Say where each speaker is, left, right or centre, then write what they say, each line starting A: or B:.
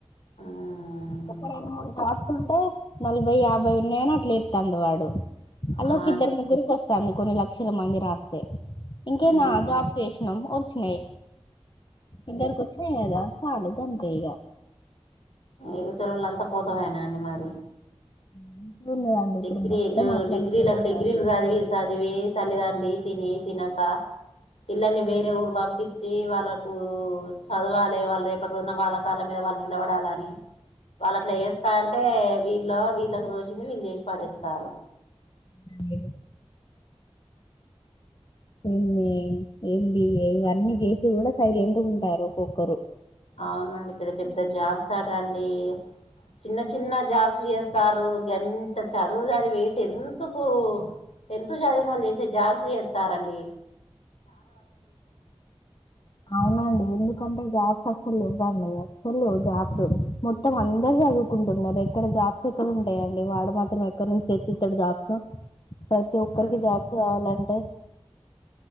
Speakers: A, on the left; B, on the left.
A: ఉమ్.
B: ఒక రెండు మూడు షాప్స్ ఉంటే నలభై యాభై ఉన్నాయని అట్లే ఎతండు వాడు అల్లోక
A: ఆ
B: ఇద్దరు ముగ్గురికి వస్తంది కొన్ని లక్షల మంది రా ఇంకేన్ది
A: ఉమ్.
B: ఆ జాబ్స్ వెసినాం వచ్చినయి ఇద్దరికి వచ్చినాయి కదా చాలు గంతే ఇగా
A: ఇవతలోళ్లంతా పోతమాయేనా అండి మరి
B: <inaudible>
A: డిగ్రీలు
B: ఇప్పుడు మొత్తం అట్లనే
A: డిగ్రీలకు
B: జరుగుతాంది
A: డిగ్రీలు చదివి చదివి తల్లితండ్రి తిని తినక పిల్లల్ని వేరే ఊరు పంపించ్చి వాళ్ళకు చదవాలి వాళ్ళు రేపటి రోజున వాళ్ళ కాళ్ళ మీద వాళ్ళు నిలబడాలని వాళ్ళ అట్లా జేత్త అంటే వీళ్ళ వీళ్ళకి తోచింది వీళ్ళు చేసి పడేస్తార్రు
B: <inaudible> ఎన్ని ఎది ఇవన్నీ చేసి కూడా సైలెంట్ గా ఉంటారు ఒక్కొక్కరు
A: అవునండి పెద్ద పెద్ద జాబ్స్ అటండి చిన్న చిన్న జాబ్స్ చేస్తార్రు గంత చదువు చదివి టెన్త్ కు టెన్త్ చదివిన వాళ్ళు చేసే జాబ్స్ చేస్తార్రాండి
B: అవునండి ఎందుకంటే జాబ్స్ లేవండి అసలు లేవు జాబ్స్ మొత్తం అందరు చదువుకుంటున్నారు ఎక్కడ జాబ్స్ ఎక్కడ ఉంటాయా వాడు మాత్రం ఎక్కడ నుంచి తెచ్చిస్తడు జాబ్స్ ప్రతి ఒక్కరికి
A: అంతే
B: జాబ్స్ కావాలంటే